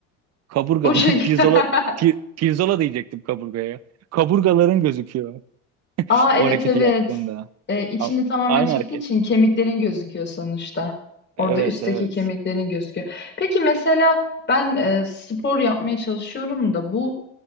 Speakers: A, on the right; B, on the left.
A: Kaburgaların
B: O şekilde.
A: <laughs> pirzola
B: <laughs>
A: pir- pirzola diyecektim kaburgaya. Kaburgaların gözüküyor
B: Aa evet
A: o hareketi
B: evet.
A: yaptığında.
B: Ee, içini
A: A-
B: tamamen
A: Aynı
B: çektiği
A: hareket.
B: için kemiklerin gözüküyor sonuçta. Orada
A: Evet
B: üstteki
A: evet.
B: kemiklerin gözüküyor. Peki mesela ben e, spor yapmaya çalışıyorum da bu